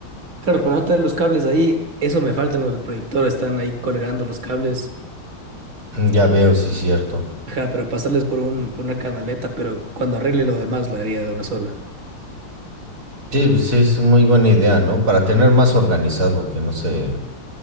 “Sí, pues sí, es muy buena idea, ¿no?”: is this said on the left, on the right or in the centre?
Right